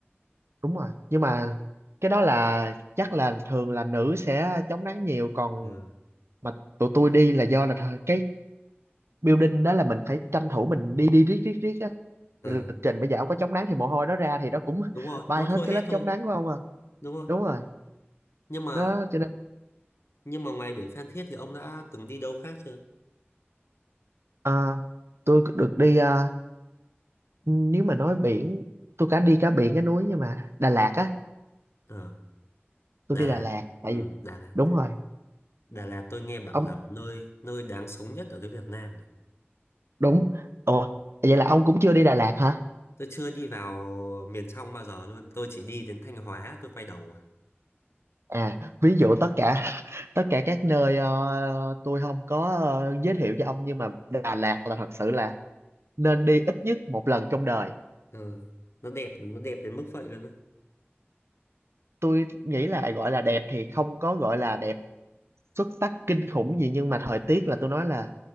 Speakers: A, on the right; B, on the left.
A: đúng rồi nhưng mà cái đó là chắc là thường là nữ sẽ chống nắng nhiều còn
B: ừ,
A: mà tụi tôi đi là do là thời- cái building đó là mình phải tranh thủ mình đi đi riết riết riết á
B: ừ.
A: Cái lịch trình bây giờ không có chống nắng thì mồ hôi nó ra thì nó cũng <laughs>
B: đúng rồi
A: bay
B: nó
A: hết
B: trôi
A: cái
B: hết
A: lớp
B: thôi
A: chống nắng của ông à
B: đúng không
A: đúng rồi
B: nhưng mà
A: đó cho nên
B: nhưng mà ngoài biển Phan Thiết thì ông đã từng đi đâu khác chưa
A: à, tôi được đi à, nếu mà nói biển tôi cả đi cả biển cả núi nhưng mà Đà Lạt á
B: Ờ, Đà
A: tôi đi
B: Lạt
A: Đà Lạt tại
B: ừ,
A: vì
B: Đà Lạt
A: đúng rồi
B: Đà Lạt tôi nghe bảo
A: ông
B: là nơi nơi đáng sống nhất ở cái Việt Nam này
A: đúng ủa vậy là ông cũng chưa đi Đà Lạt hả
B: tôi chưa đi vào miền trong bao giờ luôn tôi chỉ đi đến Thanh Hóa tôi quay đầu rồi.
A: à ví dụ tất cả <laughs> tất cả các nơi ờ, tôi không có ờ, giới thiệu cho ông nhưng mà Đà Lạt là thật sự là nên đi ít nhất một lần trong đời
B: ừ. nó đẹp nó đẹp đến mức vậy luôn á
A: tôi nghĩ là gọi là đẹp thì không có gọi là đẹp xuất sắc kinh khủng gì nhưng mà thời tiết là tôi nói là